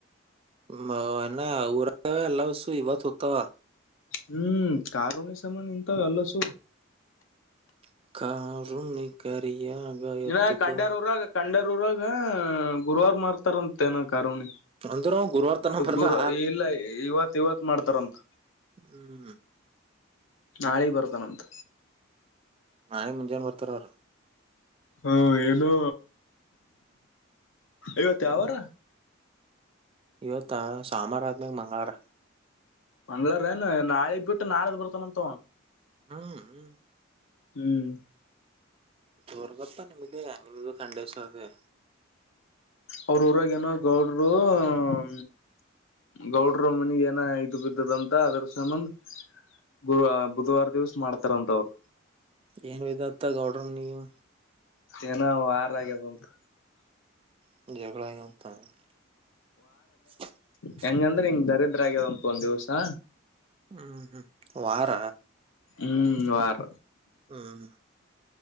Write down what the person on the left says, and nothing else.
ಹ್ಮ್ ಕಾರುನಿ ಸಂಬಧ ನಿಂತ ಎಲ್ಲ ಸು
ಇನ ಕಂಡ್ಯಾರ ಊರಾಗ ಕಂಡ್ಯಾರ ಊರಾಗ ಗುರುವಾರ ಮಾರ್ತಾರಂತೆ ಏನಕ ಕಾರುಣಿ
ಗುರ ಎಲ್ಲ ಇವತ್ ಇವತ್ ಮಾಡ್ತಾರಂತ
ನಾಳೆಗ್ ಬರ್ತಾನಂತ
ಹ್ಮ ಏನು ಇವತ್ತು ಯಾವಾರ
ಮಂಗಳವಾರ ಏನ್ ನಾಳಿಗ್ ಬಿಟ್ಟು ನಾಳದ್ ಬರ್ತನಂತು
ಹ್ಮ್
ಅವ್ರ ಊರಾಗೇಏನೋ ಗೌಡ್ರು ಹ ಗೌಡರು ಮನೆಗೆ ಏನ ಇದು ಬಿದ್ದದಂತ ಅದ್ರ ಸಂಬಂಂದ ಗು ಬುಧವಾರ ದಿವಸ ಮಾಡ್ತಾರಂತ ಅವ್ರು
ಏನ ವಾರ ಆಗೆ ಬದು
ಹೆಂಗಂದ್ರೆ ಹಿಂಗ್ ದರಿದ್ರ ಆ್ಯದ ಅಂತ ಒಂದ್ ದಿವಸಾ
ಹ್ಮ್ ವಾರ